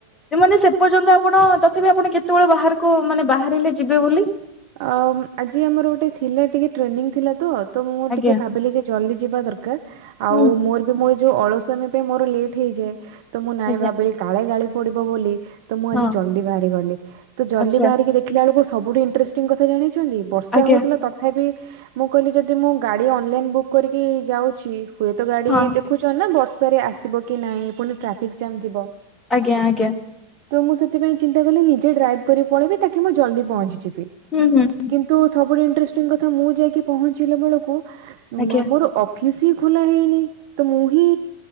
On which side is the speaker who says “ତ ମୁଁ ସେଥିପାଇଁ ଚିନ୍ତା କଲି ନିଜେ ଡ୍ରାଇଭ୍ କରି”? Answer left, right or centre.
Right